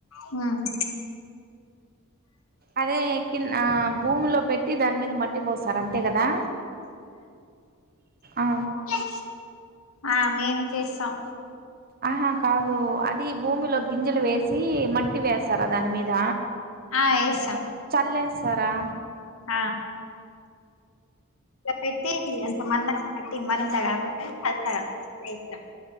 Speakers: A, on the left; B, on the right.
A: మ్మ్
B: అదే కిన్ భూమిలో పెట్టి దాని మీద మట్ ట్టి పోస్తారు అంతే కదా ఆ
A: ఓకే ఆ మేమే చేస్తాం
B: ఆహా కాదు అది భూమిలో గింజలు వేసి మట్ టి వేస్తారా దాని మీద
A: ఆ వేస్తాం
B: చల్లేస్తారా
A: ఆ ఇంగ పెట్టి అంత మందం మట్టి మరింత కాకుండా పలచగా లైటుగా